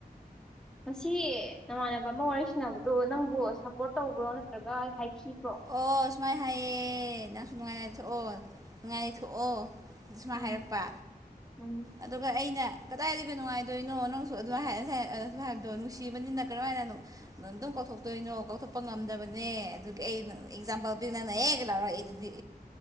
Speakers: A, in the centre; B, on the right.
A: ꯉꯁꯤ ꯅꯃꯥꯟꯅꯕ ꯑꯃ ꯋꯥꯔꯤ ꯁꯅꯕꯗꯣ ꯅꯪꯕꯨ ꯁꯞꯄꯣꯔꯠ ꯇꯧꯕ꯭ꯔꯣ ꯅꯠꯇ꯭ꯔꯒ ꯍꯥꯏꯈꯤꯕ
B: ꯑꯣ ꯁꯨꯃꯥꯏꯅ ꯍꯥꯏꯌꯦꯦ ꯅꯪꯁꯨ ꯅꯨꯡꯉꯥꯏꯔ ꯊꯣꯛꯑꯣ ꯅꯨꯡꯉꯥꯏꯔ ꯊꯣꯛꯑꯣ ꯁꯨꯃꯥꯏꯅ
A: ꯎꯝ
B: ꯍꯥꯏꯔꯛꯄ
A: ꯎꯝ
B: ꯑꯗꯨꯒ ꯑꯩꯅ ꯀꯗꯥꯏꯗꯒꯤ ꯀ ꯅꯨꯡꯉꯥꯏꯗꯣꯏꯅꯣ ꯅꯪꯁꯨ ꯑꯗꯨ ꯍꯥꯏꯅ ꯍꯥꯏꯕꯗꯣ ꯅꯨꯡꯁꯤꯕꯅꯤꯅ ꯀꯔꯝ ꯍꯥꯏꯅ ꯀꯧꯊꯣꯛꯇꯣꯏꯅꯣ ꯀꯥꯎꯊꯣꯛꯄ ꯉꯝꯗꯕꯅꯦ ꯑꯗꯨ ꯑꯩꯩꯅ ꯑꯦꯛꯖꯥꯝꯄꯜ ꯄ ꯅꯪꯅ ꯍꯦꯛ ꯂꯥꯎꯔ ꯑꯩ ꯑꯗꯨꯗꯤ